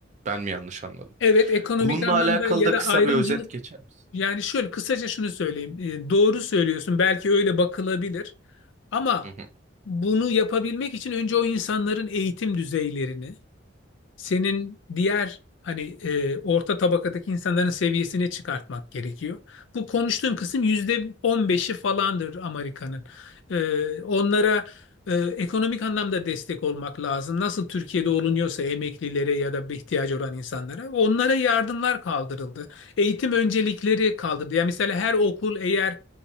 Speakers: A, on the right (about 35°); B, on the left (about 65°).
A: Ben mi yanlış anladım?
B: Evet ekonomik
A: Bununla
B: anlamda
A: alakalı
B: ya
A: da
B: da
A: kısa
B: ayrımcılık
A: bir özet geçer misin?
B: yani şöyle kısaca şunu söyleyeyim. E, doğru söylüyorsun belki öyle bakılabilir ama
A: Hı hı,
B: bunu yapabilmek için önce o insanların eğitim düzeylerini senin diğer hani e, orta tabakadaki insanların seviyesine çıkartmak gerekiyor. Bu konuştuğum kısım yüzde on beşi falandır Amerika'nın. E, onlara e, ekonomik anlamda destek olmak lazım. Nasıl Türkiye'de olunuyorsa emeklilere ya da bir ihtiyacı olan insanlara onlara yardımlar kaldırıldı. Eğitim öncelikleri kaldırıldı. Yani mesela her okul eğer